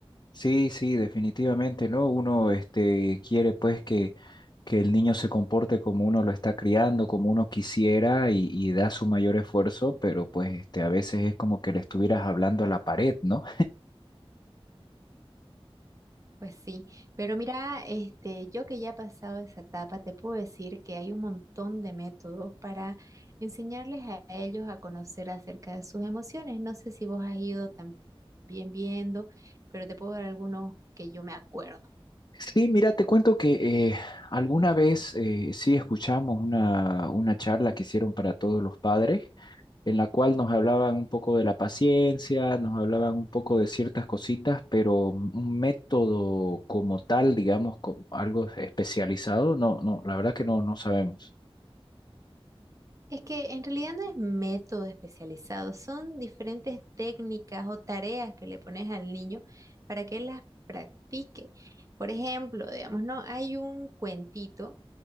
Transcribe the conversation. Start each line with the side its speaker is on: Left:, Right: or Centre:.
Left: Sí, sí, definitivamente, ¿no? Uno, este, quiere pues que, que el niño se comporte como uno lo está criando, como uno quisiera y, y da su mayor esfuerzo, pero pues este, a veces es como que le estuvieras hablando a la pared, ¿no?
Right: Pues sí, pero mira, este, yo que ya he pasado esa etapa, te puedo decir que hay un montón de métodos para enseñarles a ellos a conocer acerca de sus emociones. No sé si vos has ido también viendo, pero te puedo dar algunos que yo me acuerdo.
Left: Sí, mira, te cuento que eh, alguna vez eh, sí escuchamos una, una charla que hicieron para todos los padres, en la cual nos hablaban un poco de la paciencia, nos hablaban un poco de ciertas cositas, pero un método como tal, digamos, co- algo especializado, no, no, la verdad que no, no sabemos.
Right: Es que en realidad no es método especializado, son diferentes técnicas o tareas que le pones al niño para que él las practique. Por ejemplo, digamos, no, hay un cuentito